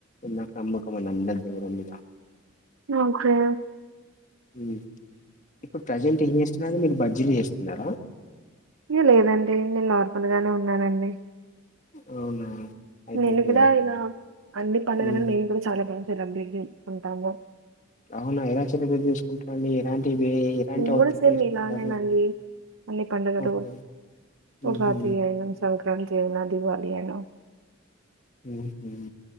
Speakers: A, on the left; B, on the right.
A: నమ్మకం అండి అందరి దేవుళ్ళ మీద
B: నాకా
A: ఊ ఇప్పుడు ప్రజెంట్ ఏం చేస్తున్నారు మీరు బజ్జీలు చేస్తున్నారా
B: లేదండి నేను నార్మల్గానే ఉన్నానండి
A: అవునా అయితే
B: నేను
A: ఇక,
B: కూడా ఇలా అన్ని పండుగలను
A: ఉమ్,
B: మేము కూడా చాలా బాగా సెలెబ్రేట్ చేసుకుంటాము
A: అవునా ఎలా సెలెబ్రేట్ చేసుకుంటారండి ఎలాంటి వి ఎలాంటివి
B: మేము
A: అవుట్ఫిట్
B: కూడా సేమ్
A: వేసుకుంటారు
B: మీలానేనండి. అన్ని పండుగలు
A: ఓకే
B: ఉగాది
A: ఉహు,
B: అయిన సంక్రాంతి అయినా దివాలి అయినా
A: ఉహూ